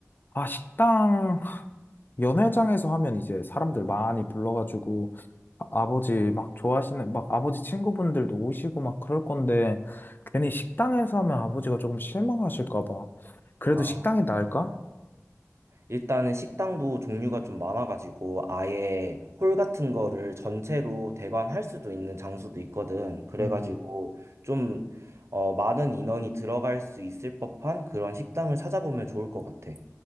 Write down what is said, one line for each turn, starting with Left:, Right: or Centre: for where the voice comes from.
Left: 아, 식당 연회장에서 하면 이제 사람들 많이 불러가지고 아, 버지막 좋아하시는 막 아버지 친구분들도 오시고 막 그럴 건데 괜히 식당에서 하면 아버지가 조금 실망하실까 봐. 그래도
Right: 아.
Left: 식당이 나을까?
Right: 일단은 식당도 종류가 좀 많아가지고 아예 홀 같은 거를 전체로 대관할 수도 있는 장소도 있거든. 그래가지고
Left: 음.
Right: 좀 어, 많은 인원이 들어갈 수 있을 법한 그런 식당을 찾아보면 좋을 것 같아.